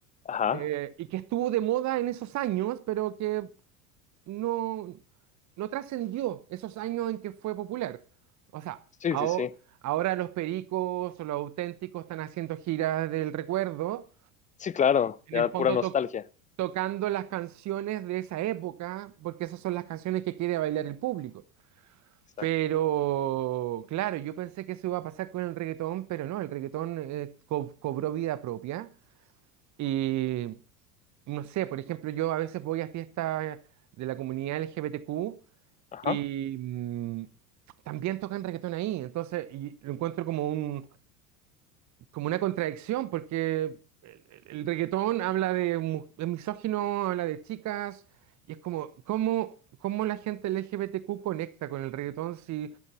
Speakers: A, on the left; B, on the right.
A: ajá,
B: eh, y que estuvo de moda en esos años, pero que no, no trascendió esos años en que fue popular. O sea,
A: sí,
B: aho-
A: sí, sí,
B: ahora los Pericos o los Auténticos están haciendo giras del recuerdo
A: sí, claro,
B: en
A: ya
B: el fondo
A: pura nostalgia,
B: to- tocando las canciones de esa época, porque esas son las canciones que quiere bailar el público.
A: exacto,
B: Pero claro, yo pensé que eso iba a pasar con el reggaetón, pero no, el reggaetón eh, co- cobró vida propia. Y no sé, por ejemplo, yo a veces voy a fiestas de la comunidad LGBTQ
A: ajá,
B: y mm, también tocan reggaetón ahí. Entonces, y lo encuentro como un, como una contradicción, porque el, el- el reggaetón habla de, mu- de misógino, habla de chicas, y es como, ¿cómo, cómo la gente LGBTQ conecta con el reggaetón si